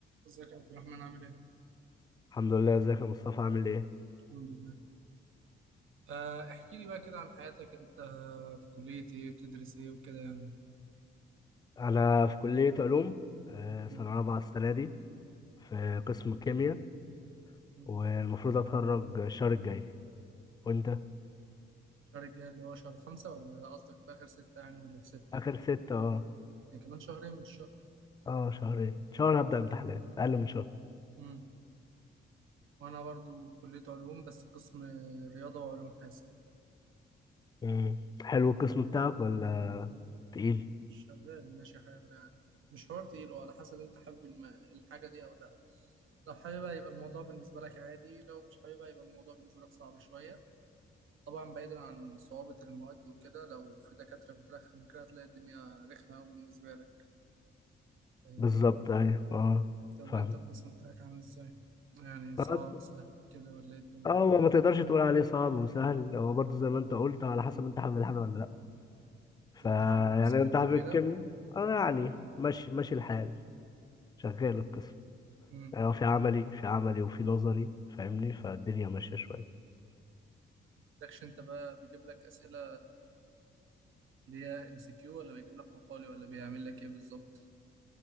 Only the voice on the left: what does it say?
الحمد لله ازيك يا مصطفى عامل ايه
انا في كلية علوم آه،
سنة رابعة السنة دي في قسم كيمياء
والمفروض اتخرج الشهر الجاي وانت
اخر ستة اه
اه شهرين شهر هبدأ امتحانات اقل من شهر
مم. حلو القسم بتاعك ولا تقيل
بالظبط ايوه اه
فاهم
اه
هو ما تقدرش تقول عليه صعب وسهل هو برضه زي ما انت قلت على حسب انت حابب الحاجة ولا لا فيعني
انت
حابب
الكيمياء
اه يعني ماشي ماشي الحال شغال القسم
اه في عملي في عملي وفي نظري فاهمني فالدنيا ماشية شوية